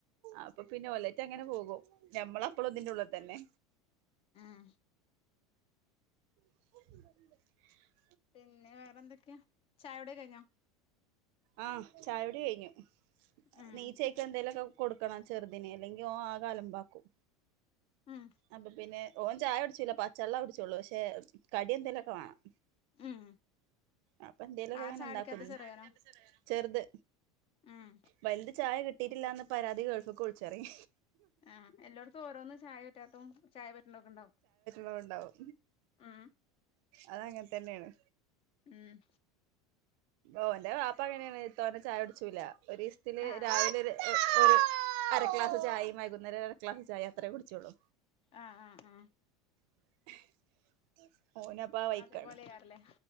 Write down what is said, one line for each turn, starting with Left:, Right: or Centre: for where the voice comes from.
Right: അപ്പൊ പിന്നെ ഒലറ്റ അങ്ങനെ പോകും ഞമ്മള അപ്പളും ഇതിന്റെ ഉള്ളി തന്നെ.
Left: ആ
Right: <inaudible>
Left: പിന്നെ വേറെന്തൊക്കെയാ? ചായകുടി കഴിഞ്ഞാ?
Right: ആ ചായോടി കഴിഞ്ഞു.
Left: ഉം
Right: നീച്ചയ്ക്ക എന്തേലുക്കെ കൊടുക്കണം ചെറുതിന് അല്ലെങ്കി ഓ ആകെ അലംമ്പാക്കും.
Left: ഉം
Right: അപ്പൊ പിന്നെ. ഓൻ ചായ കുടിച്ചൂല പച്ചള്ളം കുടിച്ചള്ളൂ പക്ഷെ കടി എന്തേലോക്കെ വേണം.
Left: ഉം
Right: അപ്പൊ എന്തേലൊക്കെ
Left: ആര്
Right: അങ്ങന
Left: ചായ
Right: ഉണ്ടാക്കുന്നു
Left: കുടിക്കാത്തെ ചെറിയോനോ
Right: ചെറുത്
Left: ഉം
Right: വലുത് ചായ കിട്ടിയിട്ടില്ലാന്ന് പരാതി ഗൾഫക്ക് വുളിച്ച്പറിം.
Left: ആ എല്ലാടത്തും ഓരോന്നും ചായ പറ്റാത്തും ചായ പറ്റേണ്തൊക്കെ ഉണ്ടാവും.
Right: ണ്ടാവും
Left: ഉം
Right: അതങ്ങനെ തന്നെണ്.
Left: ഉം
Right: ഓന്റെ വാപ്പ അങ്ങനെയാണ് തോനെ ചായ കുടിചൂല്ല. ഒരു ഇസത്തില്
Left: ആഹ്
Right: രാവിലെ ഒര് അര ക്ലാസ് ചായ വൈകുന്നരം അര ക്ലാസ് ചായ അത്രേ കുടിച്ചുള്ളൂ.
Left: ആ ആ ആ
Right: <inaudible> ഓനപ്പ ആ വൈക്കാണ്
Left: അതെ പോലെ കാരല്ലേ?